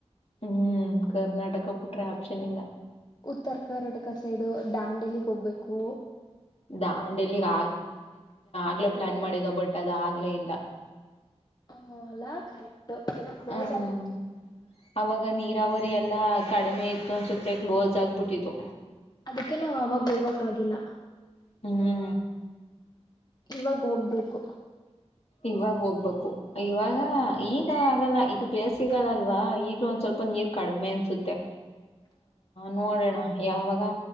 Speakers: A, on the left; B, on the left.
A: ಹ್ಮ್ಮ್ ಕರ್ನಾಟಕ ಬಿಟ್ಟರೆ ಆಪ್ಷನ್ ಇಲ್ಲ
B: ಉತ್ತರ ಕರ್ನಾಟಕ ಸೈಡು ದಾಂಡೇಲಿ ಹೋಗ್ಬೇಕು
A: ದಾಂಡೇಲಿಗೆ ಆಗಲೇ ಪ್ಲಾನ್ ಮಾಡಿದ್ವಿ, ಅದು ಆಗ್ಲೇ ಇಲ್ಲ
B: ಹೌದಲ್ಲ ಓಕೆ ಕರೆಕ್ಟ್ ಕ್ಲೋಸ್
A: ಹ್ಮ್
B: ಆಗಿತ್ತು
A: ಅವಾಗ ನೀರಾವರಿ ಎಲ್ಲಾ ಕಡಿಮೆ ಇತ್ತು ಅನ್ಸುತ್ತೆ ಕ್ಲೋಸ್ ಆಗಿತ್ತು
B: ಅದಕ್ಕೆ ನಮಗೆ ಅವಾಗ ಹೋಗಕ್ಕೆಆಗಿಲ್ಲ
A: ಹಮ್ಮು
B: ಇವಾಗ ಹೋಗ್ಬೇಕು
A: ಇವಾಗ ಹೋಗ್ಬೇಕು ಇವಾಗ ಈಗಾಗಲ್ಲ ಇದು ಬೇಸಿಗೆಗಾಲ ಅಲ್ವಾ ಇವಾಗ ಒಂದ್ ಸ್ವಲ್ಪ ನೀರು ಸ್ವಲ್ಪ ಕಡಿಮೆ ಇತ್ತು ಅನ್ಸುತ್ತೆ ನೋಡೋಣ ಯಾವಾಗ